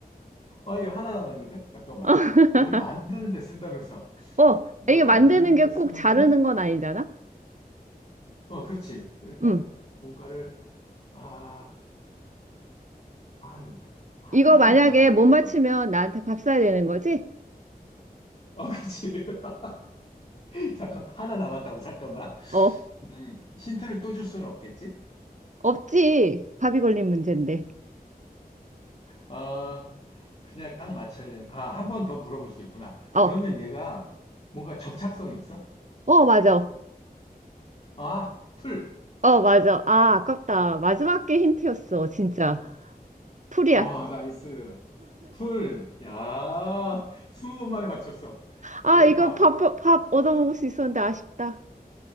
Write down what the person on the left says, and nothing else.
아, 이거 하나 남았는데? 잠깐만.
뭘 만드는 데 쓴다면서.
뭘
만드는
데 쓰는데?
어, 그렇지. 그러니까
뭔가를, 아, 아, 이거 하나뿐이
안 남아가지고
이걸.
어, 그렇지. <laughs> 잠깐, 하나 남았다고, 잠깐만.
음, 힌트를 또 줄 수는 없겠지?
아, 그냥 딱 맞춰야 되는, 아, 한 번 더 물어볼 수 있구나.
그러면 얘가 뭔가 접착성이 있어?
아, 풀.
와, 나이스. 풀. 야, 스무 번 만에 맞췄어.
대박.